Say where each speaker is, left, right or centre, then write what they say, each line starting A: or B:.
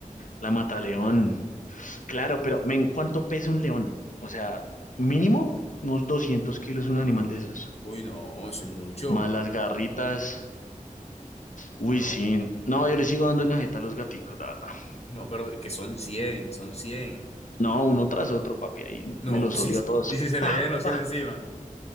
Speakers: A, on the left; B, on the left.
A: La mataleón. Claro, pero, men, ¿cuánto pesa un león? O sea, mínimo unos 200 kilos un animal de esos.
B: Uy, no, eso es mucho.
A: Más las garritas. Uy,
B: No,
A: sí. No, yo les sigo dando en la jeta a los gaticos, la verdad.
B: no, pero que son 100 son cien
A: No, uno tras otro, papi. Ahí
B: No,
A: me los
B: <laughs> sí,
A: yo a todos.
B: y si se
A: Pa,
B: le vienen los 100
A: pa.
B: encima,